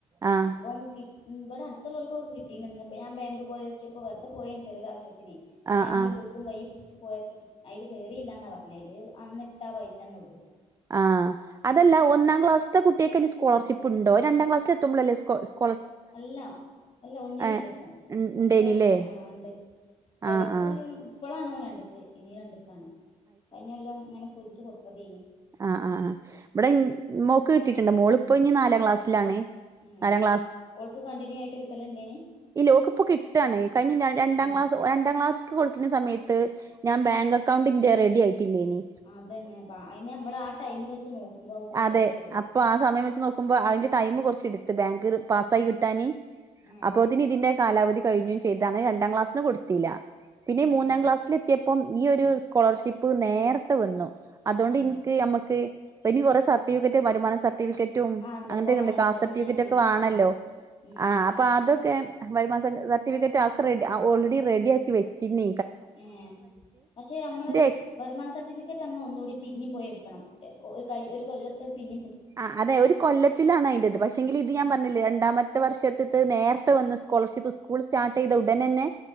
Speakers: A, on the right; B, on the left.
A: ആഹ്
B: അപ്പം കി ഇവിടാത്ത മ്മൾക്ക്ക്കിപ്പോ കിട്ടീന്ന്‌. ന്നിപ്പോ ഞാൻ ബെങ്കി പോയൊക്കിയപ്പോൾ വെറുതെ പോയെനും ചെറിയൊരാവശ്യത്തി
A: ആഹ്
B: ഞാവന്റെ
A: ആഹ്
B: ബുക്കും കയ്യി പിടിച്ച് പോയ അയില് കയറിയില്ലാന്ന പറഞ്ഞെ അയില്. അന്നിട്ട ആ പൈസന്നെ ഉള്ളൂ.
A: ആഹ് അതല്ല ഒന്നാം ക്ലാസ്സത്തെ കുട്ടികൾക്ക് സ്കോളർഷിപ്പ് ഉണ്ടോ, രണ്ടാം ക്ലാസ്സിൽ എത്തുമ്പോളല്ലേ സ്കോളർ
B: അല്ല അല്ല ഒന്നിലുണ്ട്
A: ഏഹ്
B: ഇപ്പോ. ഒന്നില്
A: ഉണ്ടേനില്ലേ
B: ആ ഇണ്ട്. ചിലർക്ക്
A: ആഹ് ആഹ്
B: ഇപ്പോളാണ് ഓ രണ്ടിക്ക് ഇനി രണ്ടുക്കാണ് കഴഞ്ഞ കൊല്ലം ഇങ്ങനെ പൂരിപ്പിച്ചച്ച് കൊടുത്തതേനും.
A: ആ ആ ആ ഇവിടെ മോക്ക് കിട്ടിയിട്ടുണ്ട് മോളിപ്പോ ഇനി നാലാം ക്ലാസ്സിലാണ്.
B: ഉം
A: നാലാം
B: ഓൾക്ക് കണ്ടിന്യൂ ആയിട്ട് കിട്ടലുണ്ടേനി.
A: ഇല്ലാ ഓക്കിപ്പോ കിട്ടാണ് കഴിഞ്ഞ രണ്ടാം
B: ഉം
A: ക്ലാസ് രണ്ടാംക്ലാസ്ക്ക് കൊടുക്കുന്ന സമയത്ത് ത്ത് ഞാൻ ബാങ്ക് അക്കൗണ്ടിന്റെ റെഡി ആക്കിയിട്ടില്ലേനി.
B: അതന്നെപ്പാ അതിന് നമ്മള് ആ ടൈമ് വെച്ച് നോക്കുമ്പോ
A: അതെ
B: റെഡി ആവൂല
A: അപ്പൊ ആ സമയം വെച്ച് നോക്കുമ്പോ അതിന്റെ ടൈം കുറച്ച് എടുത്ത് ബാങ്ക് പാസ്സായി കിട്ടാന്
B: ഉം
A: അപ്പോത്തിന് ഇതിന്റെ കാലാവധി കഴിഞ്ഞും ചെയ്തു അങ്ങനെ രണ്ടാം ക്ലാസ്സിന്നു കൊടുത്തില്ല പിന്നെ
B: ഉം
A: മൂന്നാം ക്ലാസ്സില് എത്തിയപ്പം ഈ ഒരു സ്കോളർഷിപ്പ് നേരത്തെ വന്നു അതുകൊണ്ട്
B: ഉം
A: എനിക്ക് നമ്മക്ക് ഇനി കുറെേ സർട്ടിഫിക്കറ്റ് വരുമാനം സർട്ടി സർട്ടിഫിക്കറ്റും
B: ആ എന്തൊക്കോ
A: അങ്ങനത്തെൊക്കെ
B: വേണം
A: ഉണ്ട്
B: ഇൻകമും
A: കാസ്റ്റ് സർട്ടിഫിക്കറ്റ്
B: ആക്ടിവിറ്റി
A: ഒക്കെ വേണമല്ലോ
B: വേണം ഉം
A: ആ അപ്പൊ അത് <unintelligible> വരുമാന സർട്ടിഫിക്കറ്റ് ആക്കെ റെഡി ഓൾറെഡി റെഡിയാക്കി വെച്ചിന്
B: ഏ പക്ഷെ നമ്മള്
A: എക്സ്
B: വരുമാന സർട്ടിഫിക്കറ്റ് നമ്മൾ ഒന്നുകൂടി പിന്നെ പോയി എടുക്കണംല്ലേ ഒര് കൈ ഒരു കൊല്ലത്തെ പിന്നേം
A: ആ അതെ ഒരു കൊല്ലത്തിലാണ് അയിന്റേത് പക്ഷെങ്കിലും ഇത്
B: ആഹ്
A: ഞാൻ പറഞ്ഞില്ലേ രണ്ടാമത്തെ ത്തെ വർഷ് നേരത്തെ വന്ന് സ്കോളർഷിപ്പ് സ്കൂൾ സ്റ്റാർട്ട് ചെയ്ത് ഉടനെന്നെ